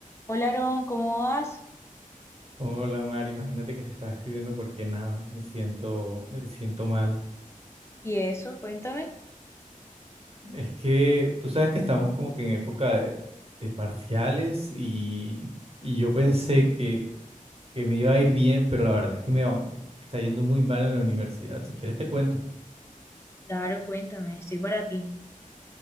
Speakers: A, on the left (about 20°); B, on the right (about 45°).
A: Hola, Aarón, ¿cómo vas?
B: Hola, Mari, imagínate que te estaba escribiendo porque nada, me siento, me siento mal.
A: ¿Y eso? Cuéntame.
B: Es que tú sabes que estamos como que en época de, de parciales y, y yo pensé que, que me iba a ir bien, pero la verdad es que me, va- me está yendo muy mal en la universidad. Si quieres te cuento.
A: Claro, cuéntame, estoy para ti.